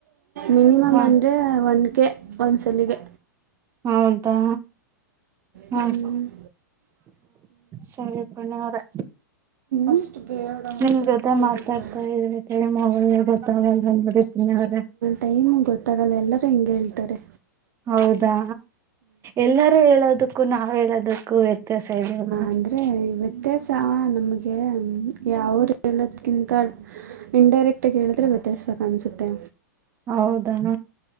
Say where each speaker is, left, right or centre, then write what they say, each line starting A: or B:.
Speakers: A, on the right (about 60°); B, on the right (about 25°).
A: ಮಿನಿಮಮ್
B: ಹ
A: ಅಂದರೆ ಒನ್ ಕೆ. ಒಂದ್ಸಲಿಗೆ.
B: ಹೌದಾ, ಹ್ಮ
A: ಹ್ಞೂ
B: ಹ ಸರಿ ಪುಣ್ಯ ಅವರೇ.
A: ಅಷ್ಟು ಬೇಡ
B: ನಿಮ
A: ಸ್ಟೆಪ್
B: ಜೊತೆ
A: ಹೋಗುತ್ತೆ
B: ಮಾತಾಡ್ತಾ ಇದ್ರೆ ಟೈಮ್ ಆಗೋದೇ ಗೊತಾಗಲ್ಲ ಪುಣ್ಯಾ ಅವರೇ
A: ಟೈಮು ಗೊತ್ತಾಗಲ್ಲ ಎಲ್ಲರೂ ಹಿಂಗೆ ಹೇಳ್ತಾರೆ
B: ಹೌದಾ ಎಲ್ಲರೂ ಹೇಳೋದಕ್ಕೂ ನಾವ್ ಹೇಳದಕ್ಕೂ ತ್ತ ಸಿಡಿಗ್ <unintelligible>
A: ಅಂದರೆ ವ್ಯತ್ಯಾಸ ನಮಗೆ ಯಾವ್ರು ಹೇಳೋದ್ಕಿಂತ ಇನ್ಡೈರೆಕ್ಟಾಗಿ ಹೇಳಿದ್ರೆ ವ್ಯತ್ಯಾಸಕಾಣ್ಸುತ್ತೆ.
B: ಹೌದಣ